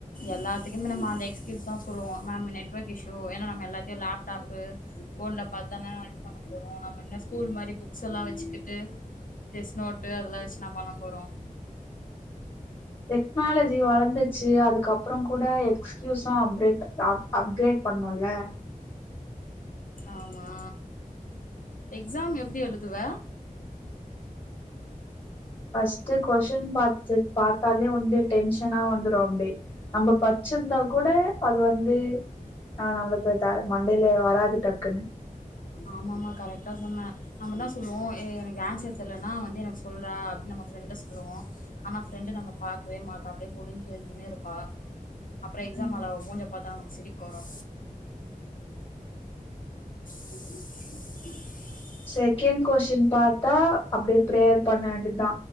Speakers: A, on the left (about 70°); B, on the left (about 40°).
A: எல்லாத்துக்குமே நம்ம அந்த எக்ஸ்கியூஸ் தா சொல்லுவோ மேம் நெட்ஒர்க் இஷ்யூ ஏன்னா நம்ம எல்லாத்தையு லேப்டாப்பு ஃபோன்ல பாத்துதானே இது பண்ண போறோ நம்ம என்ன ஸ்கூல் மாரி புக்ஸ் எல்லா வெச்சுக்கிட்டு டெஸ்ட் நோட்டு அதெல்லா வெச்சினா பண்ண போறோ
B: டெக்னாலஜி வளந்துச்சி அதுக்கப்புறம் கூட எக்ஸ்கியூஸ்சு அப்டேட் அ அப்கிரேட் பண்ணோம்ல
A: ஆமா எக்ஸாம் எப்டி எழுதுவ
B: ஃபர்ஸ்ட் கொஸின் பாத்து பாத் தாலே வந்து டென்ஷனா வந்துரு அடியே நம்ம பச்சிருந்தா கூட அது வந்து ஆ நம்மளுக்கு த மண்டையில வராது டக்குன்னு
A: ஆமா ஆமா கரெக்டா சொன்ன நம்ம நா சொல்லுவோ ஏ எனக்கு ஆன்சர் தெர்லன்னா வந்து எனக்கு சொல்றா அப்டின்னு நம்ம ஃப்ரெண்ட சொல்லுவோ ஆனா ஃப்ரெண்டு நம்ம பாக்கவே மாட்டா அப்டியே ஒனிஞ்சி எழுதினே இருப்பா அப்றோ எக்ஸாம்
B: ம்
A: ஹால்ல அவ மூஞ்ச பத்தா நமக்கு சிரிப்பு வரோ <inaudible>
B: செகண்ட் கொஸ்டின் பாத்தா அப்டியே பிரேயர் பண்ண வேண்டிதா